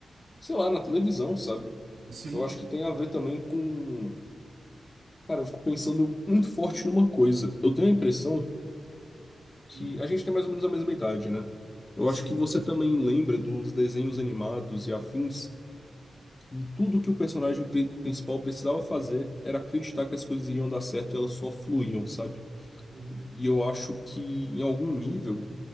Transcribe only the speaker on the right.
Sim.
Hum.
Sim.
Uhum.